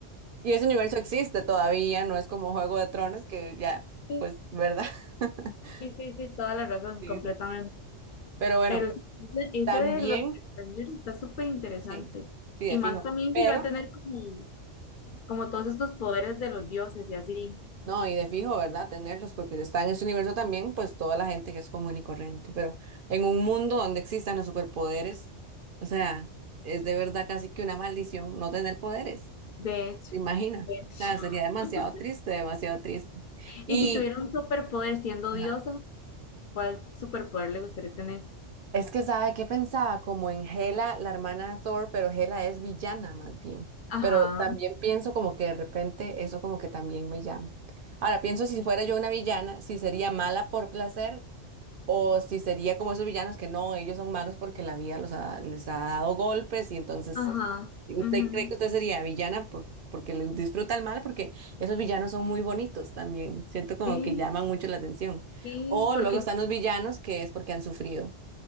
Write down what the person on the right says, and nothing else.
Y ese universo existe todavía, no es como Juego de Tronos, que ya,
pues, ¿verdad? <laughs>
Sí,
sí. Pero bueno,
también,
sí, sí, de
fijo.
Pero
No, y de fijo, ¿verdad? Tenerlos, porque está en este universo también, pues toda la gente que es común y corriente, pero en un mundo donde existan los superpoderes, o sea, es de verdad casi que una maldición no tener poderes,
¿te imaginas?
O
sea, sería demasiado
triste, demasiado triste.
Y
ajá,
es que, ¿sabe qué pensaba? Como en Hela, la hermana de Thor, pero Hela es villana más bien.
Pero también pienso como que de repente eso como que también me llama. Ahora pienso si fuera yo una villana, si sería mala por placer O si sería como esos villanos que no, ellos son malos porque la vida los ha- les ha dado golpes y entonces
usted
cree que usted sería villana por- porque le disfruta el mal, porque esos villanos son muy bonitos también. Siento como
que llaman mucho la atención.
O
luego están los villanos que es porque han sufrido.